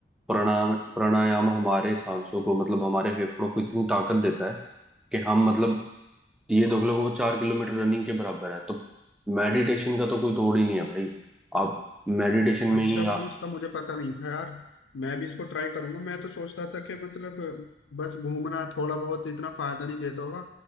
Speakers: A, in the centre; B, on the left.
A: प्राणायाम प्राणायाम हमारे सांसों को मतलब हमारे फेफड़ों को इतनी ताकत देता है कि हम मतलब ये देख लो कि वो चार किलोमीटर रनिंग के बराबर है तो मेडिटेशन का तो कोई तोड़ ही नहीं है भाई आप मेडिटेशन में
B: अच्छा
A: ही
B: भाई
A: आ...
B: इसका मुझे पता नहीं था यार मैं भी इसको ट्राई करूंगा मैं तो सोचता था कि मतलब बस घूमना थोड़ा बहुत इतना फायदा नहीं देता होगा